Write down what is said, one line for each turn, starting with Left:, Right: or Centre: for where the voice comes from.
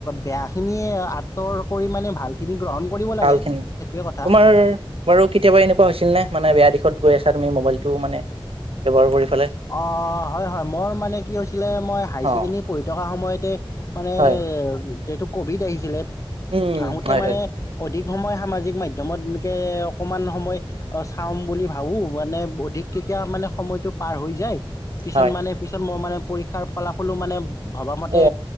Left: বেয়াখিনিয়ে আঁতৰ কৰি মানে ভালখিনি গ্ৰহণ কৰিব লাগে
Right: ভাল খিনি
Left: সেইটোৱে কথা
Right: তোমাৰ বাৰু কেতিয়াবা এনেকুৱা হৈছিল নে মানে তোমাৰ <unintelligible> গৈ আছো মোবাইলটো মানে আপোনাৰ মোবাইলটো <unintelligible>
Left: অ হয় হয় মোৰ মানে কি হৈছিলে মই হাই
Right: অ
Left: ছেকেণ্ডৰী পঢ়ি থকা সময়ত এক মানে
Right: হয়
Left: যিটো কভিড আহিছিলে
Right: উম
Left: আহোতে
Right: হয়
Left: মানে
Right: হয়
Left: অধিক সময় সামাজিক মাধ্য়মত এনেকে অকমান সময় অ চাম বুলি ভাবো মানে অধিক কেতিয়া মানে সময়টো পাৰ হৈ যায় পিছত
Right: হয়
Left: মানে পিছত মই মানে পৰীক্ষাৰ ফলাফলো মানে ভবামতে
Right: অ